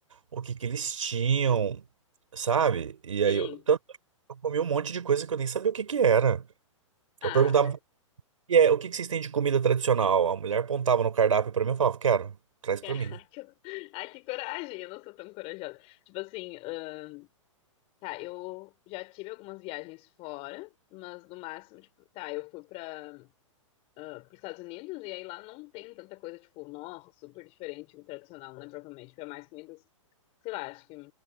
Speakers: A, on the right; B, on the left.
A: o que que eles tinham, sabe? E
B: sim.
A: aí, eu, tanto que eu comi um monte de coisa que eu nem sabia o que que era.
B: Ah,
A: Eu perguntava
B: mas. <laughs>
A: E é, o que que vocês têm de comida tradicional? A mulher apontava no cardápio pra mim e falava, quero, traz pra
B: Ai,
A: mim.
B: que, ai, que coragem, eu não sou tão corajosa. Tipo assim, ahn, tá, eu já tive algumas viagens fora, mas no máximo, tipo, tá, eu fui pra ah, para os Estados Unidos, e aí lá não tem tanta coisa, tipo, nossa, super diferente do tradicional, né? Provavelmente é mais comidas, sei lá, acho que